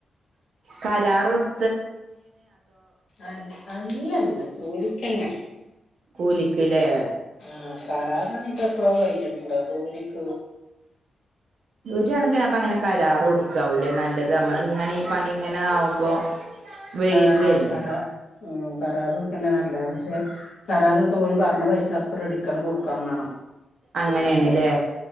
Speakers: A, on the right; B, on the left.
A: കരാറൊട്
B: അ അല്ലല്ല ജോലിക്കെന്നെ
A: കൂലിക്ക് ലേ
B: ആ കരാറ്ന്നറിമ്പൊ ഇപ്പ എപ്പളോ കൈഞ്ഞിട്ടുണ്ടാവും ഗോലിക്ക
A: ഒരണക്കിനപ്പങ്ങനെ കരാറൊട്ക്കാവൂല്ലേ നല്ലത് അമ്മള് ഇങ്ങനെ ഈ പണി ഇങ്ങനെ ആവുമ്പോ വൈകല്ലേ
B: ആഹ കറ ഉം കരേറൊട്ക്കെന്നെ നല്ലത് പക്ഷെ കരാറ്പ്പൊ ഓല് പർഞ്ഞ പൈസ അപ്പ റെഡിക്കണ് കൊട്ക്കാൻ വാണം
A: അങ്ങനേണ്ല്ലേ